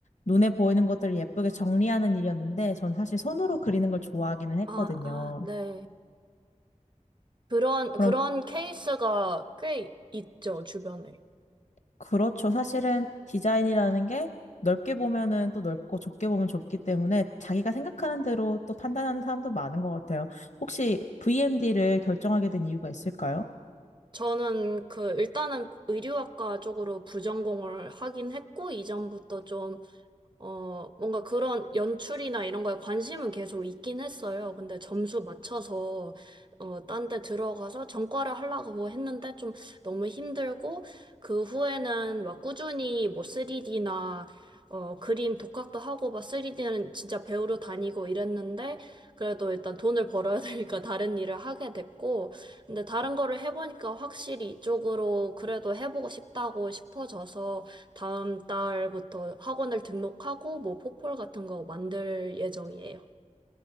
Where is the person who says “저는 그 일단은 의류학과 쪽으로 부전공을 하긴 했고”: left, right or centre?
Right